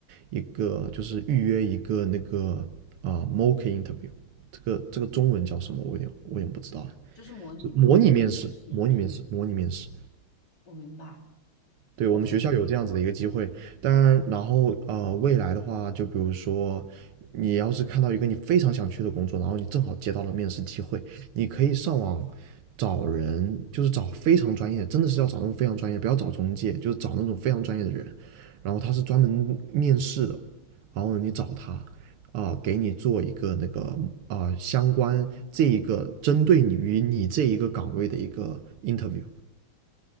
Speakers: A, on the right; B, on the left.
A: 一个，就是预约一个那个啊、mock interview，这个这个中文叫什么？我有点我也不知道哎
B: 就是模拟嘛。
A: 就模拟面试，
B: <laughs> 是的，
A: 模拟面试，模拟面试。
B: 我明白，
A: 对，
B: 我
A: 我们学校有这样子的一个机会，当然，然后呃，未来的话，就比如说，你要是看到一个你非常想去的工作，然后你正好接到了面试机会，你可以上网找人，就是找非常专业，真的是要找那种非常专业，不要找中介，就是找那种非常专业的人，然后他是专门面试的，然后你找他，啊、给你做一个那个啊、相关这一个针对你于你这一个岗位的一个 interview，